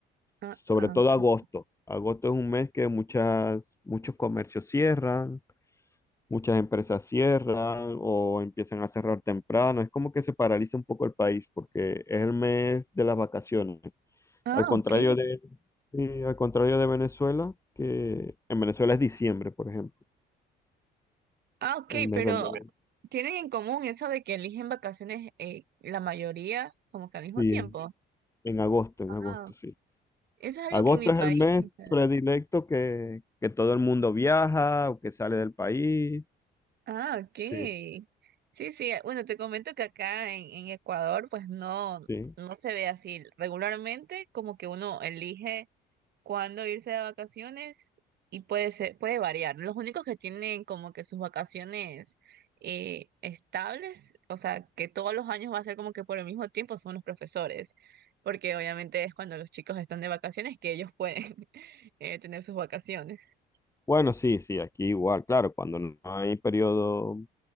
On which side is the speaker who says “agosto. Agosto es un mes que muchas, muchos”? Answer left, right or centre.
Left